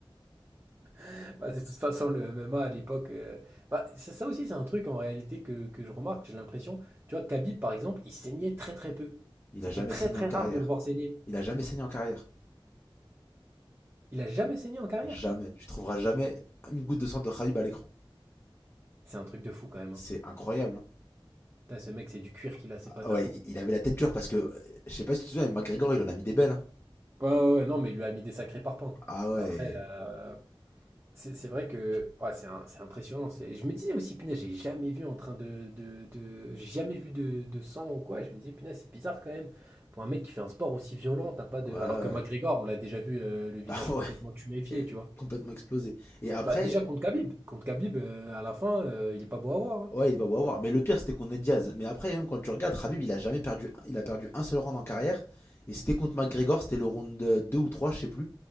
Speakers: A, on the right; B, on the left.
A: <laughs> bah, de toute façon, le MMA à l'époque, euh, bah, ça, ça aussi, c'est un truc en réalité que, que je remarque. J'ai l'impression, tu vois, Khabib, par exemple, il saignait très très peu.
B: Il
A: C'était
B: a jamais
A: très
B: saigné
A: très
B: en carrière.
A: rare de le voir saigner.
B: Il a jamais saigné en carrière.
A: Il a jamais saigné en carrière.
B: Jamais. Tu trouveras jamais une goutte de sang de Khabib à l'écran.
A: C'est un truc de fou quand même.
B: C'est
A: hein.
B: incroyable. hein.
A: Putain, ce mec, c'est du cuir qu'il a, c'est pas
B: Ah
A: de la
B: ouais,
A: peau.
B: il- il avait la tête dure parce que, euh, je sais pas si tu te souviens, mais McGregor, il en a mis des belles. hein.
A: Ouais, ouais, ouais, non, mais il lui a mis des sacrés parpaings.
B: Ah ouais.
A: Après, euh, c'est c'est vrai que ouais, c'est un- c'est impressionnant. c'est- Je me disais aussi, punaise, j'ai jamais vu en train de, de, de- j'ai jamais vu de, de sang ou quoi. Je me disais, punaise, c'est bizarre quand même. Pour un mec qui fait un sport aussi violent, t'as pas de.
B: Ouais, ouais.
A: Alors que McGregor, on l'a déjà vu euh,
B: <laughs>
A: le visage
B: Ah
A: complètement
B: ouais.
A: tuméfié,
B: Et
A: tu vois.
B: Complètement explosé. Et après,
A: Bah déjà contre Khabib, contre Khabib, euh, à la fin, euh, il est pas beau à voir. hein.
B: Ouais, il est pas beau à voir. Mais le pire, c'était contre Ned Diaz. Mais après, même quand tu regardes, Khabib, il a jamais perdu. Il a perdu un seul round en carrière. Et c'était contre McGregor, c'était le round 2 ou 3, je sais plus.